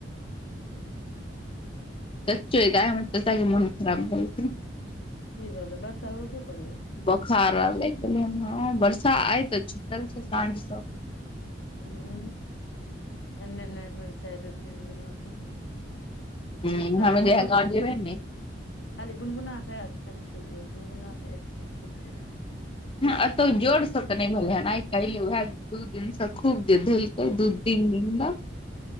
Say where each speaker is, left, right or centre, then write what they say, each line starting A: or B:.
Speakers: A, on the left; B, on the left.
A: ह्म्म।
B: चच्चो के आइ हमर चच्चा के मुन खराब भऽ गेल छै।
A: कि भेलै? बर्षा होबो करैया?
B: बोखार आर लैइग गेलैहन, हं बर्षा आय तऽ छुटल छै साँझ सँऽ।
A: उँऽ? एने नैय होइ छै, आइ दू तीन दिन लऽ कऽ।
B: हूँ
A: खाली
B: हम जहिया
A: बुनबुन
B: गाँव जेबै ने
A: खाली बुनबुना कऽ ऐत, फेन छुटि जैत, बुनबुना कऽ ऐत, फेन छुटि जैत।
B: हं अतौ जोड़ स त नैय भेलैहन, आइ काइल ओहैऽ दू दिन स खूब जे धेलकै, दू तीन दिन तक